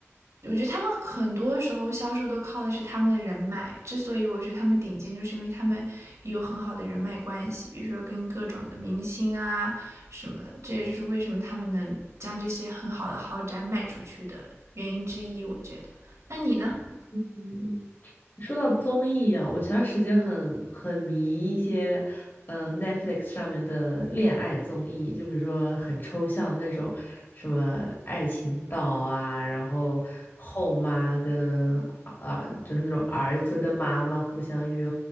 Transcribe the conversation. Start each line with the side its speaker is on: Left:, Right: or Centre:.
Right: 我觉得他们很多时候销售都靠的是他们的人脉，之所以我觉得他们顶尖，就是因为他们也有很好的人脉关系，比如说跟各种的明星啊什么的，这也就是为什么他们能将这些很好的豪宅卖出去的原因之一，我觉得。那你呢？
Left: 嗯说到综艺啊，我前段时间很很迷一些，呃，Netflix 上面的恋爱综艺，就比如说很抽象那种，什么爱情岛啊，然后后妈跟啊，就是那种儿子跟妈妈互相约